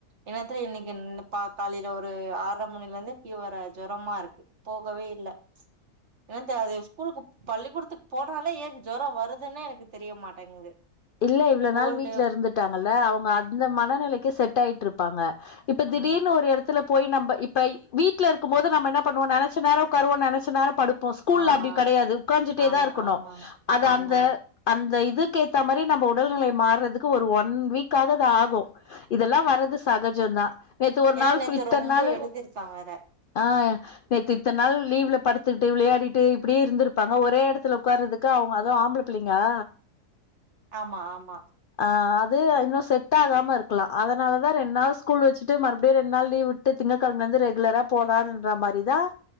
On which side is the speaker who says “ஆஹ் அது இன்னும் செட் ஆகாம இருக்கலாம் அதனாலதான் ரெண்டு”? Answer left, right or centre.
Left